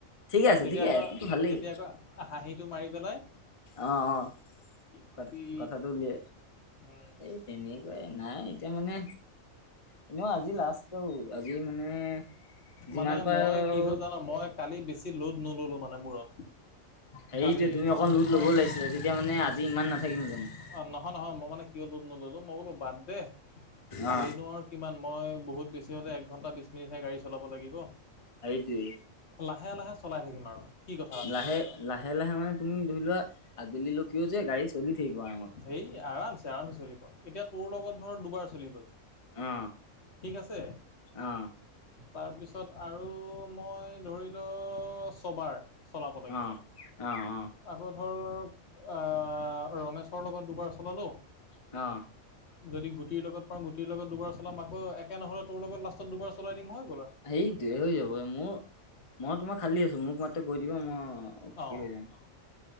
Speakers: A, on the left; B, on the left.
A: ঠিকে আছে
B: তেতিয়া
A: ঠিকে
B: আকৌ
A: এইটোতো ভালেই
B: তেতিয়া আকৌ হাঁহিটো মাৰি পেলাই।
A: অঁ -অঁ
B: কি
A: -ক
B: কবি
A: কথাটো বলে
B: উম
A: এই। তেনে কয় নাই এতিয়া মানে এনেও আজি লাষ্ট। ত আজি মানে যিমান
B: মানে
A: পাৰো।
B: মই কি হ'ল জান মই কালি বেছি লোদ নললো মানে মূৰত।
A: হেৰিটোৱে
B: কালি
A: তুমি অকণ লোড
B: মই
A: ল'ব লাগিছিলা তেতিয়া মানে আজি ইমান নাথাকিম জানো।
B: অ নহয়- নহয়- মই মানে কিয় লোদ নলোলো মই বোলো বাদ দে কালিনো
A: অ
B: আৰু কিমান মই বহুত বেছি হ'লে এক ঘণ্টা বিছ মিনিটহে গাড়ী চলাব লাগিব।
A: হাইটোৱে।
B: লাহে- লাহে -চলাই থাকিম। আৰু কি কথা আছে
A: লাহে -লাহে- লাহে- মানে তুমি ধৰি লোৱা আবেলিলৈকেও যে গাড়ী চলি থাকিব আৰামত।
B: হেই আৰামছে -আৰামছে- চলিব এতিয়া তোৰ লগত ধৰ দুবাৰ চলি গ'ল।
A: অ
B: ঠিক আছে।
A: অ
B: তাৰপিছত আৰু মই ধৰি ল ছবাৰ চলাব লাগিব
A: অ অ অ অ
B: আকৌ ধৰ আহ। ৰমেশৰ লগত দুবাৰ চলালো।
A: অ
B: যদি গুটিৰ লগত পাওঁ গুটিৰ লগত দুবাৰ চলাম আকৌ একে নহলে তোৰ লগত লাষ্টত দুবাৰ চলাই দিম হয়।
A: সেইটোৱে হৈ যাব মোৰ মই তোমাৰ খালী আছো মোক মা কৈ দিবা মই। অ
B: অঁ
A: কি হৈ যাম।